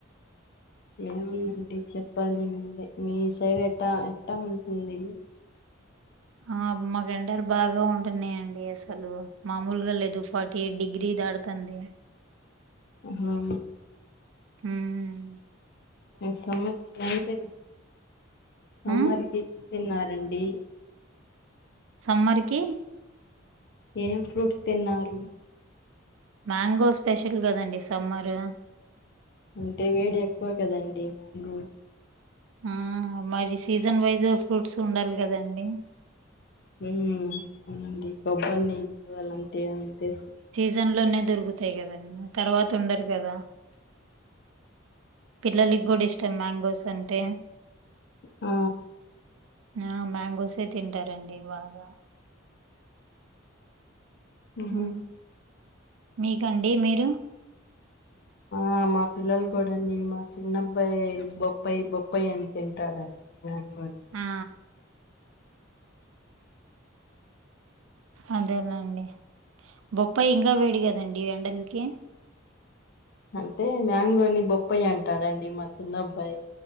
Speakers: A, on the left (about 55°); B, on the right (about 75°).
A: ఏముందండి చెప్పాలి మీరే మీ సైడ్ ఎట్ట ఎట్ట ఉంటుంది
B: ఆ మాకు ఎండలు బాగా ఉంటున్నాయండి అసలు మామూలుగా లేదు ఫార్టీ డిగ్రీ దాడుతంది
A: ఆహా
B: ఉం
A: సమ్మంత సమ్మర్కింత
B: హ్మ్.
A: <unintelligible> రండి
B: సమ్మర్కి
A: ఏం ఫ్రూట్స్ తిన్నారు
B: మ్యాంగో స్పెషల్ కదండి సమ్మరు
A: అంటే వేడి ఎక్కువ కదండి మాంగో
B: ఆ మరి సీజన్ వైజ్ ఫ్రూట్స్ ఉండాలి కదండి
A: ఉం అవునండి కొబ్బరి నీళ్లు అలాంటి తీసు
B: జన్ లోనే దొరుకుతాయి కదండి తర్వాత ఉండరు కదా పిల్లలకి గుడ ఇష్టం మ్యాంగోస్ అంటే
A: ఆ
B: ఆ మ్యాంగోసే తింటారండి బాగా
A: ఉహు
B: ఆ మీకండి మీరు
A: ఆ మా పిల్లలు కూడా అండి మా చిన్నబ్బాయి బొబ్ప్పాయి బొప్ప అప్పయి ఆని తింటా డండి
B: ఆ అదే నండి బొప్పాయి ఇంకా వేడి కదండి ఎండలకి
A: అంటే మ్యాంగోని బొప్పాయి అంటాడండి మా చిన్నబ్బాయి